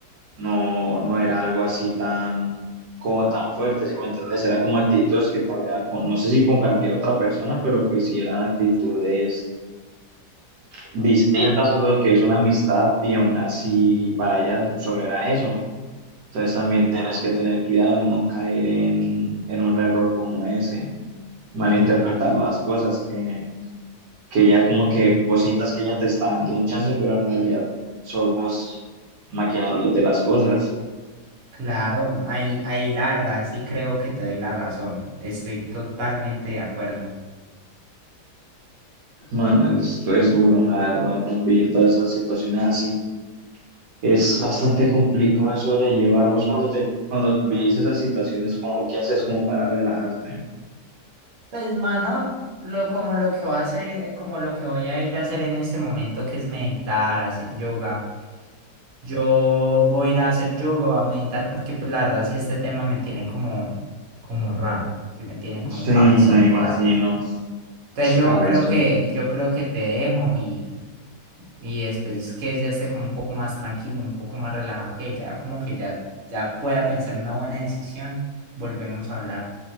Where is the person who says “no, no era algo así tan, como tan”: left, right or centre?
Right